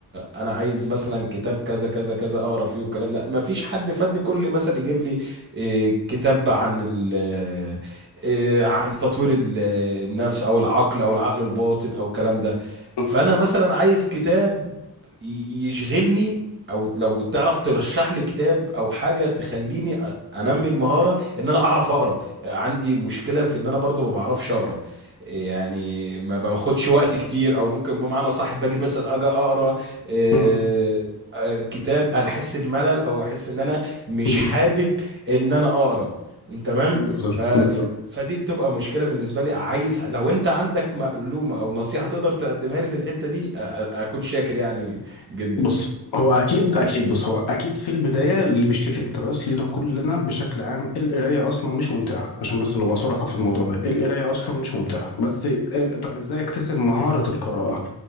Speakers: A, on the right; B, on the left.
A: انا عايز مثلا كتاب كذا كذا كذا اقرا فيه والكلام ده ما فيش حد فادني كل مثلا يجيب لي إيه، كتاب عن ال إيه، عن تطوير ال- النفس او العقل او العقل الباطن او الكلام ده
B: مم،
A: فانا مثلا عايز كتاب ي- يشغلني او لو تعرف ترشح لي كتاب او حاجه تخليني أ- انمي المهاره ان انا اعرف اقرا عندي مشكله في ان انا برضو ما بعرفش اقرا يعني ما باخدش وقت كتير او ممكن بمعنى صح باجي مثلا اجي اقرا آه،
B: مم،
A: آه، كتاب احس بملل او احس ان انا مش
B: بالظبط
A: حابب ان انا اقرا تمام
B: بالظبط
A: ف ف-
B: بالظبط
A: فدي بتبقى مشكلة بالنسبة لي عايز لو انت عندك معلومة او نصيحة تقدر تقدمها لي في الحتة دي أ- أ- اكون شاكر يعني جدا
B: بص هو اكيد اكيد بص هو اكيد في البدايه اللي مش ليك انت بس لينا كلنا بشكل عام القرايه اصلا مش ممتعه عشان بس نبقى صراحه في الموضوع ده القرايه اصلا مش ممتعه بس طب ازاي اكتسب مهاره القراءه